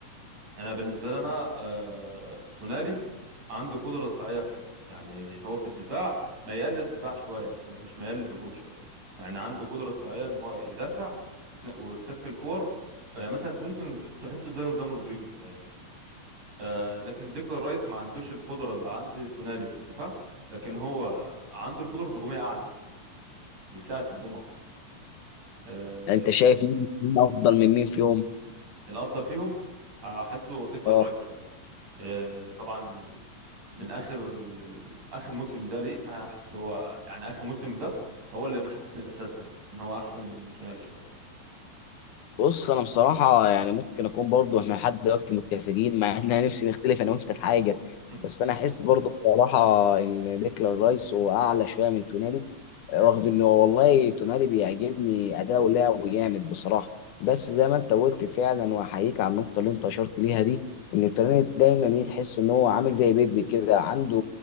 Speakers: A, on the right (about 85°); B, on the left (about 80°).
A: انا بالنسبه لنا آه، تونالي عنده قدره دفاعيه شويه يعني هو في الدفاع ميال للدفاع شويه مش مش ميال للهجوم شويه يعني عنده قدره دفاعيه ان هو يدافع وفي- ن- ويفتك الكور آه، مثلا ممكن ز- تحسه زي نظام رودريجو شويه كده آه، لكن ديكلان رايس ما عندوش القدره اللي عند تونالي في الدفاع لكن هو عنده القدره الهجوميه اعلى بكتير بيساعد في الهجوم اكتر آه،
B: انت شايف مين مين افضل من مين فيهم
A: الافضل فيهم احسه ديكلان
B: اه
A: رايس شويه آه، طبعا من اخر ال- ال- اخر موسم ده ليه فانا احس هو يعني اخر موسم ده هو اللي محسسني الاحساس ده ان هو احسن من تونالي شويه
B: بص انا بصراحه يعني ممكن اكون برضو احنا لحد دلوقتي متفقين مع ان انا نفسي نختلف انا وانت في حاجه
A: <laughs>
B: بس انا احس برضو بصراحه ان ديكلان رايس هو اعلى شويه من تونالي رغم انه والله تونالي بيعجبني اداؤه لعبه جامد بصراحه بس زي ما انت قلت فعلا واحييك على النقطه اللي انت اشرت ليها دي ان تونالي دايما ايه تحس ان هو عامل زي بيدري كده عنده